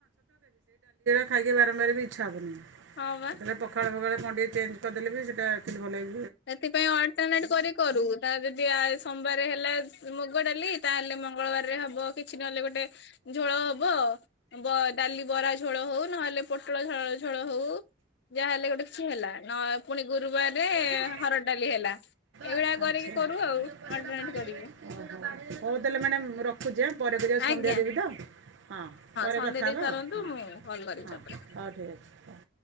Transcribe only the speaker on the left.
ହଁ ବା।
ସେଥିପାଇଁ ଅଲଟରନେଟ କରି କରୁ ତା ଯଦି ଆ ସୋମବାର ହେଲା ମୁଁ ଗ ଡାଲି ତାହେଲେ ମଙ୍ଗଳବାରରେ ହବ କିଛି ନହଲେ ଗୋଟେ ଝୋଳ ହବ ବ ଡାଲି ବରା ଝୋଳ ହଉ ନହେଲେ ପୋଟଳ ଝ ଝୋଳ ହଉ ଯାହାହେଲେ ଗୋଟେ କିଛି ହେଲା ନ ପୁଣି ଗୁରୁବାରରେ
ହରଡ ଡାଲି ହେଲା। ଏଇଭଳିଆ
କରିକି କରୁ
ଆଉ ଅଲଟରନେଟ
କରିକି
ଆଜ୍ଞା
ସନ୍ଧ୍ୟା
ଦେଇ ସାରନ୍ତୁ
ମୁଁ କଲ୍ କରିବି
ତାପରେ